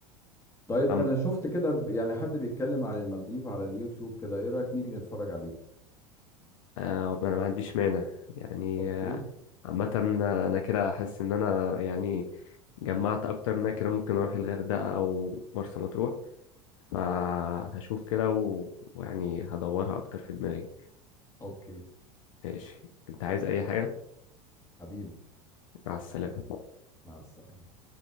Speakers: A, on the left (about 15°); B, on the left (about 65°).
A: طيب
B: أم
A: انا شفت كده يعني حد بيتكلم عن المالديف على اليوتيوب كده ايه رأيك نيجي نتفرج عليه
B: آه، انا ما عنديش مانع يعني
A: اوكي
B: آه، عامة انا كده حاسس ان انا يعني جمعت اكتر من أنا كده ممكن اروح الغردقة او مرسى مطروح فهشوف كده و- ويعني هدورها اكتر في دماغي
A: اوكي
B: ماشي انت عايز اي حاجة
A: حبيبي
B: مع السلامة
A: مع السلامة